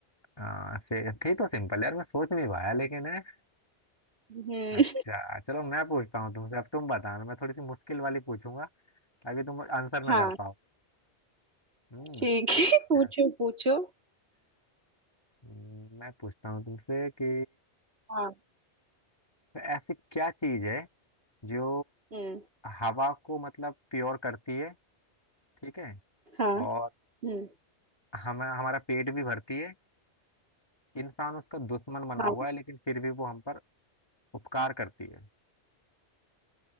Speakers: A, on the left; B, on the right.
A: हाँ से थी तो सिंपल यार मैं सोच नहीं पाया लेकिन है
B: हम्म
A: अच्छा चलो मैं पूछता हूँ तुमसे अब तुम बताना मैं थोड़ी सी मुश्किल वाली पूछूंगा ताकि तुम आंसर ना
B: हाँ
A: कर पाओ हम्म
B: ठीक है <laughs> पूछो
A: क्या-
B: पूछो
A: हम्म, मैं पूछता हूँ तुमसे कि
B: हाँ
A: ऐसी क्या चीज है जो
B: हम्म
A: हवा को मतलब प्योर करती है ठीक है
B: हाँ
A: और
B: हम्म
A: हमें हमारा पेट भी भरती है इंसान उसका दुश्मन बना
B: हाँ
A: हुआ है लेकिन फिर भी वो हम पर उपकार करती है